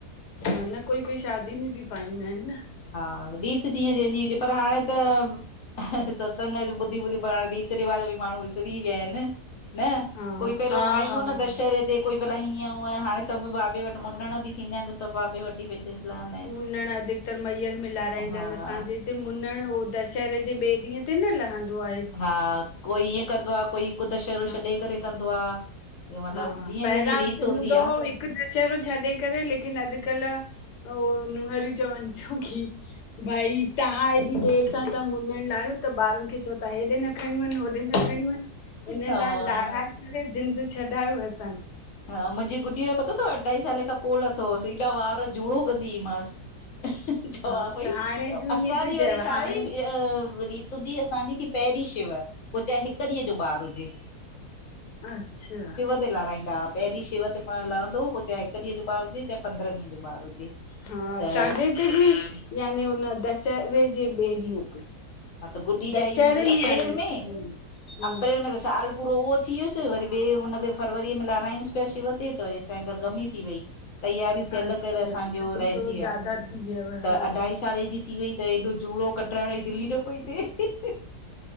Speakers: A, on the left (about 80°); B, on the left (about 65°).
A: हे न कोई कोई शादी में बि पाईंदा हिनि न
B: हा रीत जीअं जहिंजी हुजे पर हाणे त, सत्संग ॿुधी ॿुधी पर हाणे रीत रिवाज बि माण्हूं विसरी विया हिनि, न
A: हा
B: कोई पहिरियों
A: हा
B: पाईंदो
A: हा
B: न दशहरे ते कोई भला हीअं हुअं हाणे, सभु बाबे वटि मुंॾण बि थींदा हिनि त सभु बाबे वटि <unintelligible>
A: मुंॾण अधिकतर मंयर में लाराईंदा
B: हा
A: हिनि असांजे ते मुंॾण हो दशहरे जे ॿिए ॾींहु ते न लहंदो आ
B: हा कोई ईअं कंदो आ, कोई हिकु दशहरो
A: हा
B: छॾे करे कंदो आ। जे मतिलबु
A: हा
B: जीअं
A: पहिरां
B: जहिंजी रीति
A: हूंदो
B: हूंदी आ।
A: हो हिकु दशहरो छॾे करे, लेकिन अॼुकल्हु उ नुंहरियूं चवनि थियूं की भई तांहा हेॾी देरि सां तां मुंॾण लाहियो त ॿारनि खे चओ था हेॾे न खणी वञ होॾे न खणी वञ हिन
B: हा
A: लाइ लाराए करे ॼिंद छॾायो असांजी
B: हा मुंजी गुॾीअ जो पतो तव अढाई साले खां पो लाथोओ सी एॾा वार ज़ुड़ो कंदीइमांसि। चवां
A: हा
B: पई
A: त हाणे जूं
B: असांजी
A: ईअं तूं
B: वरी
A: चएव
B: छा
A: हाणे
B: हुई अ रीत हूंदी असांजी की पहिंरी शिव पो चाहे हिकु ॾींहु जो ॿारु हुजे
A: अचछा
B: उते लाराईंदा पहिंरी शिव ते पाण, लहंदो पो चाहे हिकु ॾींहु जो ॿारु हुजे, चाहे पंद्रह ॾींहु जो ॿारु हुजे।
A: हा
B: त
A: सांझे ते बि याने हुन दशहरे जे ॿे ॾींहं ते।
B: हा त गुॾी जाई
A: दशहरे
B: मुंजी
A: में
B: अप्रैल
A: याने हम्म
B: में
A: हम्म,
B: अप्रैल में त सा पूरो उहो थी वियुस वरी बे हुन ते फरवरीअ में लारायूंसि पिया शिव ते वरी तें गर गमी थी वई, तैयारी थियल
A: अच्छा
B: करे असांजो
A: तॾहिं
B: रहजी
A: थोरो
B: विया,
A: ज्यादा थी वियव
B: त
A: हा
B: अढाई साले जी थी वई त एॾो झूड़ो कटराइण ई दिल ई न पई थे।